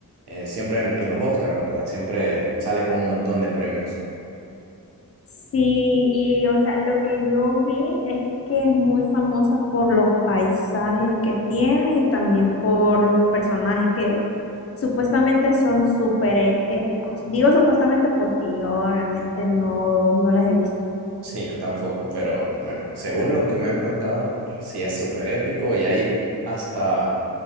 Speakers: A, on the right; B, on the left.
A: eh, siempre en, en los Oscars, ¿verdad? Siempre sale con un montón de premios.
B: Sí, y o sea, lo que yo vi es que es muy famosa por los paisajes que tiene y también por los personajes que supuestamente son súper e- épicos. Digo supuestamente porque yo realmente no, no las he visto.
A: Sí, yo tampoco, pero bueno, según lo que me han contado, sí es súper épico y hay hasta